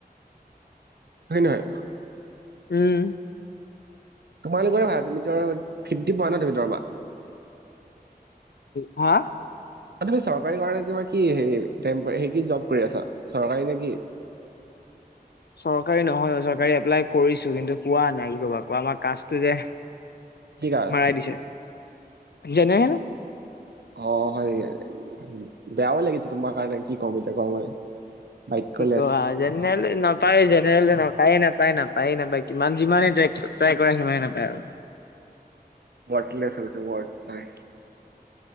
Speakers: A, on the right; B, on the left.
A: হয়, নহয়।
B: উম।
A: তোমালোকৰে ভাল, তুমি ধৰ ফি্তি পোৱা ন তুমি দৰমহা।
B: হা?
A: তুমি চৰকাৰী কৰা নে তোমাৰ কি হেৰি, হে কি জব কৰি আছা, চৰকাৰী নে কি?
B: চৰকাৰী নহয় অ' চৰকাৰী এপ্লাই কৰিছো, কিন্তু পোৱা নাই ৰবা, আকৌ আমাৰ কাচতটো যে
A: কি কাষ্ট
B: <unintelligible> দিছে, জেনেৰেল।
A: অ', হয় নেকি, বেয়াও লাগিছে তোমাৰ কাৰণে, কি কম এতিয়া তোমাক মই। বাক্যলেছ
B: কি কবা জেনেৰেলে নাপায়েই, জেনেৰেলে নাপায়েই নাপায়, নাপায়েই নাপায়, কিমান যিমানেই ট্ৰাই কৰা সিমানেই নাপায় আৰু।
A: ৱাৰ্তলেছ হৈ গৈছে, ৱৰ্ত নাই।